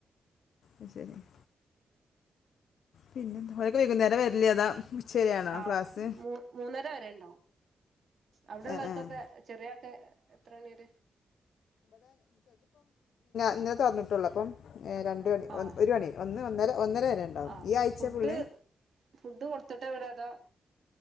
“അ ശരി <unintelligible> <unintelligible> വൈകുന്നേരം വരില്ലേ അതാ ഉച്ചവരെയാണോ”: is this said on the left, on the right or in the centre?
Left